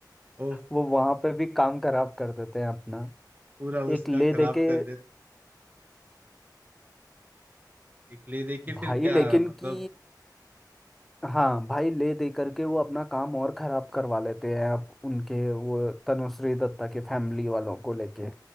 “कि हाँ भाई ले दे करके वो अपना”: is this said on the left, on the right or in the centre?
Centre